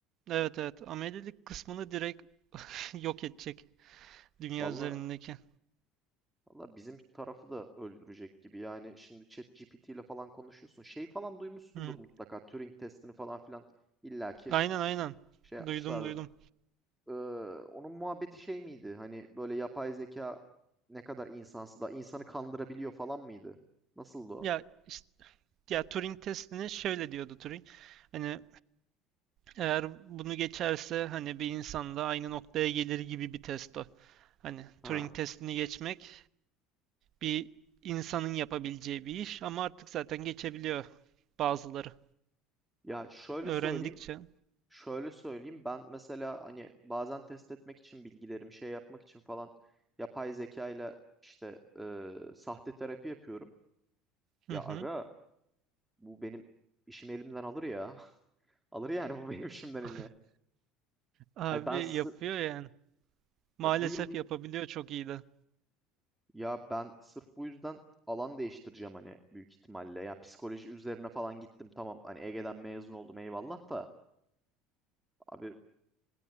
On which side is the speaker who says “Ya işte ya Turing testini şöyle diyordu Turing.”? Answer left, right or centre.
Right